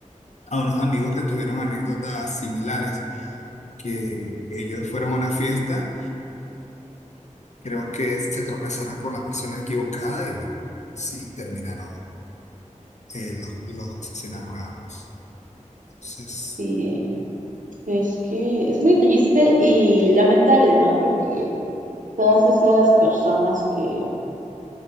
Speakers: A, on the left; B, on the right.
A: a unos amigos que tuvieron anécdotas similares, que ellos fueron a una fiesta creo que se tropezarán con la persona equivocada y bueno, sí, terminaron, eh, los, los asesinaron a ambos. Entonces,
B: Y es que es muy triste y lamentable, ¿no? Porque todas esas personas que,